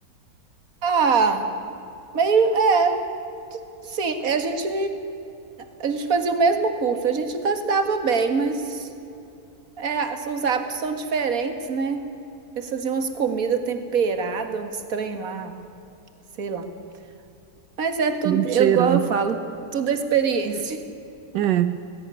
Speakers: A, on the right (about 55°); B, on the right (about 80°).
A: ah, meio é, assim, é, a gente a gente fazia o mesmo curso, a gente até se dava bem, mas é, as- os hábitos são diferentes, né? Eles faziam umas comidas temperadas, uns trem lá, sei lá. Mas é tudo,
B: Um cheirão.
A: eu, igual eu falo, tudo é experiência. <laughs>
B: É.